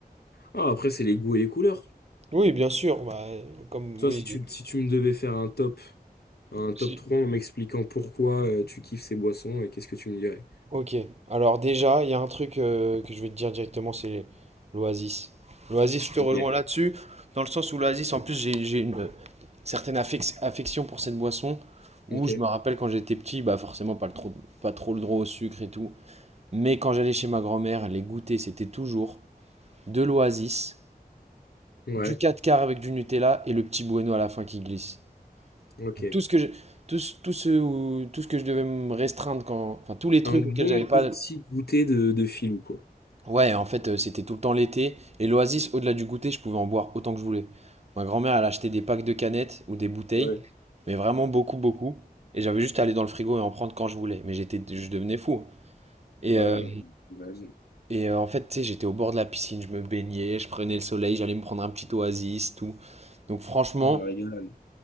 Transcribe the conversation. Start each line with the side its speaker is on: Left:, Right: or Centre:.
Left: Ah, après, c'est les goûts et les couleurs.
Right: Oui, bien sûr. Bah, euh, comme,
Left: Toi,
Right: oui.
Left: si tu, si tu me devais faire un top, un top
Right: si
Left: 3 en m'expliquant pourquoi euh, tu kiffes ces boissons, et qu'est-ce que tu me dirais?
Right: Ok, alors déjà, il y a un truc euh, que je vais te dire directement, c'est l'Oasis. L'Oasis, je te
Left: Ok.
Right: rejoins là-dessus, dans le sens où l'Oasis, en plus, j'ai j'ai une euh, certaine affec- affection pour cette boisson, où
Left: Ok.
Right: je me rappelle quand j'étais petit, bah forcément pas le trop, pas trop le droit au sucre et tout, mais quand j'allais chez ma grand-mère, les goûters c'était toujours de l'Oasis,
Left: Ouais.
Right: du 4 quarts avec du Nutella et le petit bueno à la fin qui glisse.
Left: Ok.
Right: Donc, Tout ce que je, tout, ce- tout ce, où- tout ce que je devais me restreindre quand, enfin tous les trucs
Left: Un bon
Right: auxquels j'avais
Left: petit
Right: pas
Left: goûter de, de filou, quoi.
Right: Ouais, en fait, euh, c'était tout le temps l'été. Et l'Oasis, au-delà du goûter, je pouvais en boire autant que je voulais. Ma grand-mère, elle achetait des packs de canettes ou des bouteilles,
Left: Ouais,
Right: mais vraiment beaucoup, beaucoup. Et j'avais juste à aller dans le frigo et en prendre quand je voulais. Mais j'étais, je devenais fou. Et,
Left: ouais,
Right: euh,
Left: ouais, j'imagine.
Right: et euh, en fait, tu sais, j'étais au bord de la piscine, je me baignais, je prenais le soleil, j'allais me prendre un petit oasis, tout. Donc franchement,
Left: Ah, la régalade.